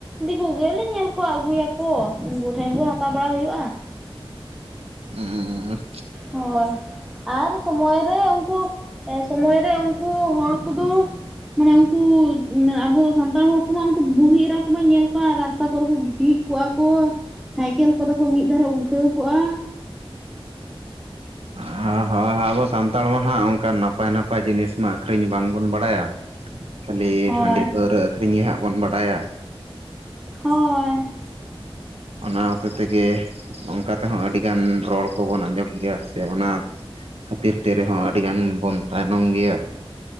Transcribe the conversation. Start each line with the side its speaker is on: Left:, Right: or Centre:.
Centre: ᱫᱤᱠᱩ ᱜᱮᱞᱤᱧ ᱧᱮᱞ ᱠᱚᱣᱟ ᱟᱹᱜᱩᱭᱟᱠᱚ ᱩᱱᱠᱩ ᱴᱷᱮᱱ ᱠᱚ ᱦᱟᱛᱟᱣ ᱵᱟᱲᱟ ᱦᱩᱭᱩᱜᱼᱟ᱾
Right: ᱦᱩᱸ ᱟᱨ
Centre: ᱦᱳᱭ, ᱟᱨ ᱥᱚᱢᱚᱭ ᱨᱮ ᱩᱱᱠᱩ ᱮ ᱥᱚᱢᱚᱭ ᱨᱮ ᱩᱱᱠᱩ ᱦᱚᱲ ᱠᱚᱫᱚ, ᱢᱟᱱᱮ ᱩᱱᱠᱩ ᱩᱸ ᱟᱵᱚ ᱥᱟᱱᱛᱟᱲ ᱦᱚᱲ ᱠᱚᱢᱟ ᱩᱱᱠᱩ ᱵᱩᱲᱦᱤ ᱮᱨᱟ ᱠᱚᱢᱟᱧ ᱧᱮᱞ ᱠᱚᱣᱟ ᱨᱟᱥᱛᱟ ᱠᱚᱨᱮ ᱠᱚ ᱜᱤᱛᱤᱡ ᱠᱚᱜᱼᱟ ᱠᱚ ᱥᱟᱭᱠᱮᱞ ᱠᱚᱫᱚ ᱠᱚ ᱢᱤᱜ ᱫᱷᱟᱨᱮ ᱩᱞᱴᱟᱹᱣ ᱠᱚᱜᱼᱟ᱾
Right: ᱟ ᱦᱚᱭ ᱦᱚᱭ ᱟᱵᱚ ᱥᱟᱱᱛᱟᱲ ᱢᱟ ᱦᱟᱸᱜ ᱚᱱᱠᱟᱱ ᱱᱟᱯᱟᱭ ᱱᱟᱯᱟᱭ ᱡᱤᱱᱤᱥ ᱢᱟ ᱟᱹᱠᱷᱨᱤᱧ ᱵᱟᱝᱵᱚᱱ ᱵᱟᱲᱟᱭᱟ᱾ ᱠᱷᱟᱹᱞᱤ
Centre: ᱦᱳᱭ
Right: ᱦᱟᱺᱰᱤ ᱯᱟᱹᱣᱨᱟᱹ ᱟᱹᱠᱷᱨᱤᱧ ᱜᱮᱦᱟᱸᱜ ᱵᱚᱱ ᱵᱟᱰᱟᱭᱟ᱾
Centre: ᱦᱳᱭ,
Right: ᱚᱱᱟ ᱦᱚᱛᱮ ᱛᱮᱜᱮ ᱚᱝᱠᱟ ᱛᱮᱦᱚᱸ ᱟᱹᱰᱤᱜᱟᱱ ᱨᱚᱲ ᱠᱚᱵᱚᱱ ᱟᱸᱡᱚᱢ ᱜᱮᱭᱟ ᱥᱮ ᱚᱱᱟ, ᱠᱷᱟᱹᱛᱤᱨ ᱛᱮ ᱨᱮᱦᱚᱸ ᱟᱹᱰᱤ ᱜᱟᱱ ᱵᱚᱱ ᱛᱟᱭᱱᱚᱢ ᱜᱮᱭᱟ᱾